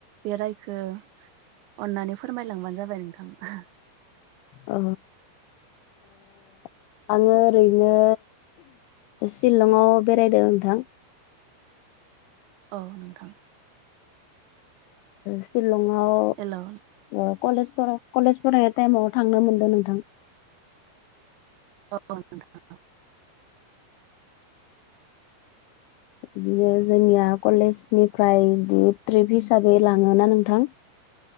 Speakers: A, on the right; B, on the left.
A: बेरायखो अननानै फोरमायलांबानो जाबाय नोंथां।
B: अ ओ आङो ओरैनो सिलंआव बेरायदों नोंथां।
A: औ नोंथां।
B: शिलंआव
A: हेल' औ
B: ओ कलेज कलेज फरायनाय टाइमाव थांनो मोनदों नोंथां।
A: औ नोंथां।
B: बिदिनो जोंनिया कलेजनिफ्राय बिदि ट्रिप हिसाबै लाङोना नोंथां।